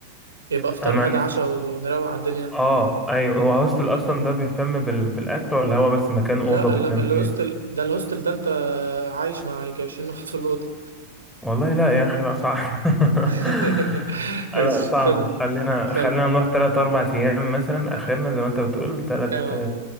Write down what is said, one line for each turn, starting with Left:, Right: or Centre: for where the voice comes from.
Right: يبقى افطار
Centre: انا ما
Right: غدا
Centre: عنديش
Right: عشاء ونروق على الدنيا
Centre: اه ايوه هو هوستل اصلا ده بيهتم بال... بالاكل ولا هو بس مكان
Right: لا
Centre: اوضه بتنام
Right: ال- الهوستل
Centre: فيها
Right: ده الهوستل ده انت عايش مع يجي 20 واحد في الأوضة
Centre: والله لا يا اخي لا صعب <laughs>
Right: <laughs> ماشي
Centre: لا صعب
Right: خدها
Centre: خلينا
Right: خلاص
Centre: خلينا نروح تلات اربع ايام مثلا اخرنا زي ما انت بتقول تلات
Right: اه